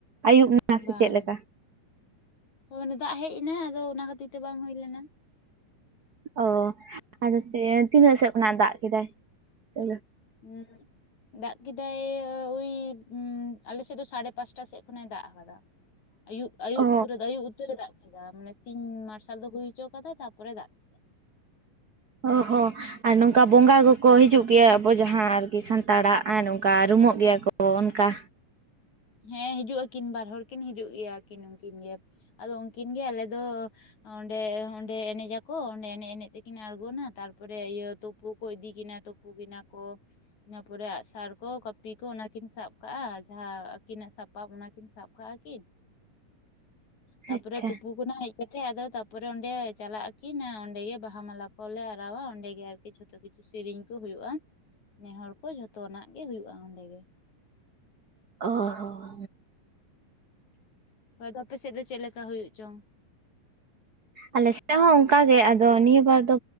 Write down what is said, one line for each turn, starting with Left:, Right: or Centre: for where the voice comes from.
Right: ᱟᱹᱭᱩᱵ ᱮᱱᱟ
Left: ᱵᱟᱝ
Right: ᱥᱮ ᱪᱮᱫ ᱞᱮᱠᱟ
Left: ᱚᱱᱮ ᱫᱟᱜ ᱦᱮᱡ ᱮᱱᱟ ᱟᱫᱚ ᱚᱱᱟ ᱠᱷᱟᱹᱛᱤᱨ ᱛᱮ ᱵᱟᱝ ᱦᱩᱭ ᱞᱮᱱᱟ᱾
Right: ᱚ ᱟᱫᱚ ᱛᱤᱱᱟᱹᱜ ᱥᱮᱫ ᱠᱷᱚᱱᱟᱜ ᱫᱟᱜ ᱠᱮᱫᱟᱭ ᱛᱚ᱾
Left: ᱦᱩᱸ ᱫᱟᱜ ᱠᱮᱫᱟᱭ ᱳᱭ ᱟᱞᱮᱥᱮᱫ ᱫᱚ ᱥᱟᱲᱮ ᱯᱟᱸᱪᱴᱟ ᱥᱮᱫ ᱠᱷᱚᱱ ᱮ ᱫᱟᱜ ᱟᱠᱟᱫᱟ᱾ ᱟᱭᱩᱵ ᱟᱭᱩᱵ
Right: ᱚ
Left: ᱯᱩᱨᱟᱹ ᱟᱭᱩᱵ ᱩᱛᱟᱹᱨᱮ ᱫᱟᱜ ᱠᱮᱫᱟ ᱢᱟᱱᱮ ᱥᱤᱧ ᱢᱟᱨᱥᱟᱞ ᱫᱚ ᱦᱩᱭ ᱦᱚᱪᱚ ᱠᱟᱫᱟ ᱛᱟᱯᱚᱨᱮ ᱫᱟᱜ ᱠᱮᱫᱟ᱾
Right: ᱚ ᱦᱚᱸ ᱟᱨ ᱱᱚᱝᱠᱟ ᱵᱚᱸᱜᱟ ᱠᱚᱠᱚ ᱦᱤᱡᱩᱜ ᱜᱮᱭᱟ, ᱟᱵᱚ ᱡᱟᱦᱟᱸ ᱟᱨᱠᱤ ᱥᱟᱸᱛᱟᱲᱟᱜ ᱟᱨ ᱱᱚᱝᱠᱟ ᱨᱩᱢᱩᱜ ᱜᱮᱭᱟ ᱠᱚ᱾ ᱚᱱᱠᱟ
Left: ᱦᱮᱸ ᱦᱤᱡᱩᱜ ᱟᱹᱠᱤᱱ ᱵᱟᱨ ᱦᱚᱲ ᱠᱤᱱ ᱦᱤᱡᱩᱜ ᱜᱮᱭᱟ ᱠᱤᱱ ᱩᱱᱠᱤᱱ ᱜᱮ᱾ ᱟᱫᱚ ᱩᱱᱠᱤᱱ ᱜᱮ ᱟᱞᱮ ᱫᱚ᱾ ᱚᱸᱰᱮ ᱚᱸᱰᱮ ᱮᱱᱮᱡ ᱟᱠᱚ ᱚᱸᱰᱮ ᱮᱱᱮᱡ ᱮᱱᱮᱡ ᱛᱮᱠᱤᱱ ᱟᱬᱜᱚᱱᱟ ᱛᱟᱨᱯᱚᱨᱮ ᱤᱭᱟᱹ ᱛᱩᱯᱩ᱾ ᱠᱚ ᱤᱫᱤ ᱠᱤᱱᱟ ᱛᱩᱯᱩ ᱠᱤᱱᱟ ᱠᱚ ᱤᱱᱟᱹ ᱯᱚᱨᱮ ᱟᱜᱥᱟᱨ ᱠᱚ ᱠᱟᱹᱯᱤ ᱠᱚ ᱚᱱᱟ ᱠᱤᱱ ᱥᱟᱵ᱾ ᱠᱟᱜᱼᱟ ᱡᱟᱦᱟᱸ ᱟᱹᱠᱤᱱᱟᱜ ᱥᱟᱯᱟᱵ ᱚᱱᱟ ᱠᱤᱱ ᱥᱟᱵ ᱠᱟᱜᱼᱟ ᱠᱤᱱ᱾ ᱛᱟᱯᱚᱨᱮ
Right: ᱟᱪᱪᱷᱟ
Left: ᱛᱩᱯᱩ ᱠᱚᱱᱟᱭ᱾ ᱠᱟᱛᱮ ᱟᱫᱚ ᱛᱟᱯᱚᱨᱮ ᱚᱸᱰᱮ ᱪᱟᱞᱟᱜ ᱟᱠᱤᱱᱟ, ᱚᱸᱰᱮ ᱜᱮ ᱵᱟᱦᱟ ᱢᱟᱞᱟ ᱠᱚᱞᱮ ᱟᱨᱟᱣᱟ ᱚᱸᱰᱮ ᱜᱮ ᱟᱨᱠᱤ᱾ ᱡᱷᱚᱛᱚ ᱠᱤᱪᱷᱩ ᱥᱮᱨᱮᱧ ᱠᱚ ᱦᱩᱭᱩᱜᱼᱟ, ᱱᱮᱦᱚᱨ ᱠᱚ ᱡᱷᱚᱛᱚᱱᱟᱜ ᱜᱮ ᱦᱩᱭᱩᱜᱼᱟ, ᱚᱸᱰᱮ ᱜᱮ᱾
Right: ᱚ ᱦᱚᱸ
Left: ᱦᱳᱭ ᱟᱫᱚ ᱟᱯᱮᱥᱮᱫ ᱫᱚ ᱪᱮᱫᱮ ᱞᱮᱠᱟ ᱦᱩᱭᱩᱜ ᱪᱚᱝ᱾
Right: ᱟᱞᱮ ᱥᱮᱫ ᱦᱚᱸ ᱚᱱᱠᱟᱜᱮ ᱟᱫᱚ ᱱᱤᱭᱟᱹ ᱵᱟᱨ ᱫᱚ